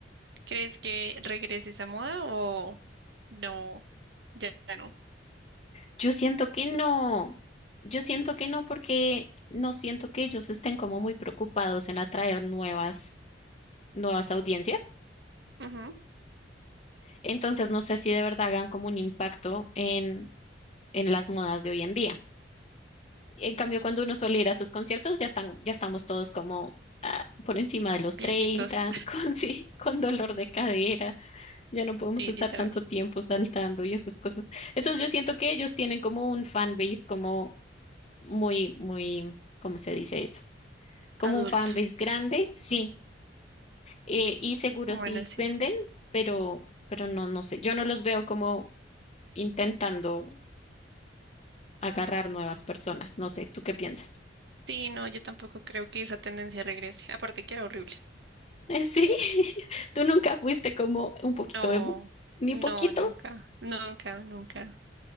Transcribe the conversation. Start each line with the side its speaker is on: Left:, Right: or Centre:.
Right: ¿Crees que regrese esa moda o no? Ya, ya no.
Left: yo siento que no. Yo siento que no porque no siento que ellos estén como muy preocupados en atraer nuevas, nuevas audiencias.
Right: Ujú,
Left: Entonces no sé si de verdad hagan como un impacto en, en las modas de hoy en día. En cambio, cuando uno suele ir a sus conciertos, ya están, ya estamos todos como ah, por encima de los
Right: Viejitos,
Left: 30 <laughs> con sí, con dolor de cadera, ya no podemos
Right: <laughs> sí,
Left: estar
Right: literal,
Left: tanto tiempo saltando y esas cosas. Entonces yo siento que ellos tienen como un fan base como muy, muy, ¿cómo se dice eso? Como
Right: adulto.
Left: un fan base grande, sí, eh, y seguro
Right: Bueno,
Left: sí
Right: sí.
Left: venden, pero, pero no, no sé, yo no los veo como intentando agarrar nuevas personas, no sé, ¿tú qué piensas?
Right: Sí, no, yo tampoco creo que esa tendencia regrese. Aparte que era horrible.
Left: <laughs> Sí, <laughs> tú nunca fuiste como un poquito
Right: No,
Left: emo, ni
Right: no,
Left: poquito.
Right: nunca, nunca, nunca.